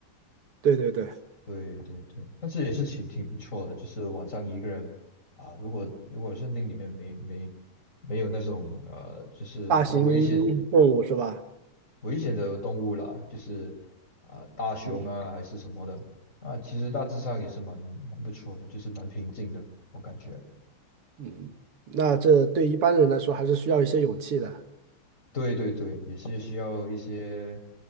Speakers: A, on the right; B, on the left.
A: 对对对，
B: 对对对，但是也是挺挺不错的，就是晚上一个人啊，如果如果森林里面没没没有那种呃，就是比较危险
A: 大型动物是吧？
B: 危险的动物啦，就是啊大熊啊还是什么的，
A: 嗯
B: 那其实大致上也是蛮蛮不错的，就是蛮平静的，我感觉。
A: 嗯，那这对一般人来说还是需要一些勇气的。
B: 对对对，也是需要一些